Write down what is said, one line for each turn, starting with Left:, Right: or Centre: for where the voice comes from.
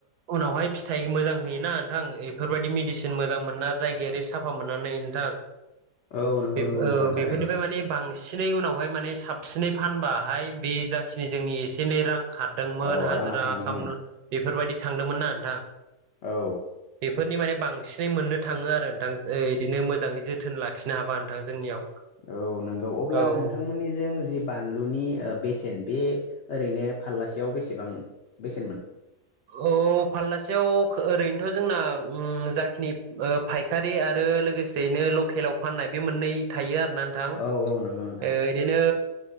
Right: उनावहाय फि थाइ मोजां होयोना नोंथां एफोरबायदि मेडिसिन मोजां मोना जायगायारि साफा मोनानै नोंथां
Left: औ नंगौ
Right: बेफो
Left: नंगौ नोंथां
Right: ओ
Left: थारैनो
Right: बेफोरनिफ्राय माने बांसिनै उनावहाय माने साब सिनै फानबाहाय बे जाखिनि जोंनि एसे एनै रां खारदोंमोन
Left: औ
Right: हाजिरा
Left: राङा थांदोंमोन
Right: खाम बेफोरबायदि थांदोंमोन ना नोंथां ।
Left: औ
Right: बेफोरनि माने बांसिनै मोननो थाङो आरो नोंथां ओ इदिनो मोजाङै जोथोन लाखिनो हाबा नोंथां जोंनियाव
Left: औ नोंगौ । अब्ला
Right: औ
Left: नोंथांमोनिजों जि बानलुनि ओ बेसेन बे ओरैनो फाल्लासेयाव बेसेबां बेस
Right: औ फाल्लासेयाव ओरैनोथ' जोंना ओम जाखिनि ओ फायखारि आरो लोगोसेयैनो लकेलाव फाननाय बे मोननै थायो आरोना नोंथां
Left: औ औ
Right: ।
Left: नंगौ नोंथां
Right: ओ इदिनो